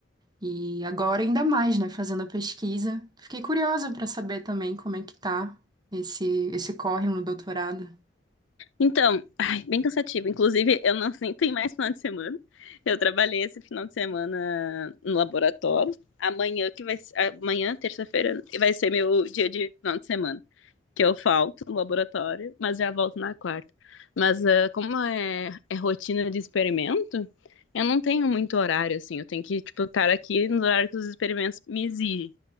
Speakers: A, on the right (about 20°); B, on the left (about 75°).
A: E agora ainda mais, né, fazendo a pesquisa. Fiquei curiosa para saber também como é que tá esse esse corre no doutorado.
B: Então, ai, bem cansativo. Inclusive, eu não <laughs> nem tenho mais final de semana. Eu trabalhei esse final de semana no laboratório. Amanhã que vai, ser- amanhã, terça-feira, vai ser meu dia de final de semana, que eu falto no laboratório, mas já volto na quarta. Mas ah, como é, é rotina de experimento, eu não tenho muito horário assim. Eu tenho que tipo estar aqui no horário que os experimentos me exigem.